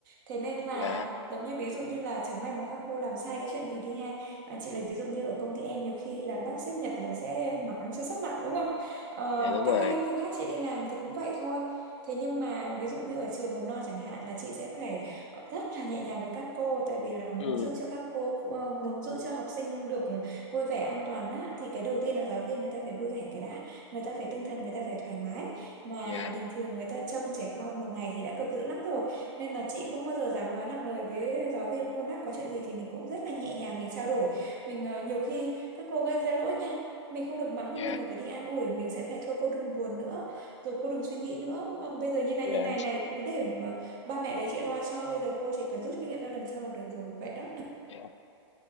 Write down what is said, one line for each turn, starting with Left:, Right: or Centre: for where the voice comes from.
Right: thế nên là
Left: dạ
Right: giống như ví dụ như là chẳng may mà các cô làm sai cái chuyện gì đi ha à, chị lấy ví dụ như ở công ty em nhiều khi là bác sếp Nhật là sẽ mắng cho sấp mặt đúng không Ờ,
Left: dạ đúng rồi
Right: các cái lĩnh vực khác chị đi làm thì cũng vậy thôi thế nhưng mà ví dụ như ở trường mầm non chẳng hạn là chị sẽ phải ờ, rất là nhẹ nhàng với các cô tại vì là
Left: ừ
Right: muốn giữ cho các cô ờ, muốn giữ cho học sinh được vui vẻ an toàn á thì cái đầu tiên là giáo viên người ta phải vui vẻ cái đã người ta phải tinh thần người ta phải thoải mái mà
Left: dạ
Right: bình thường người ta trông trẻ con một ngày thì đã cực dữ lắm rồi nên là chị không bao giờ dám nói nặng lời với giáo viên luôn á có chuyện gì thì mình cũng rất là nhẹ nhàng mình trao đổi mình ờ, nhiều khi các cô gây ra lỗi nha mình không được mắng
Left: dạ
Right: mà mình còn phải đi an ủi mình sẽ phải thôi cô đừng buồn nữa rồi cô đừng suy nghĩ nữa mà bây giờ như này
Left: dạ
Right: như này này cứ để mà ba mẹ đấy chị lo cho bây giờ cô chỉ cần rút kinh nghiệm ra lần sau là được rồi vậy đó
Left: dạ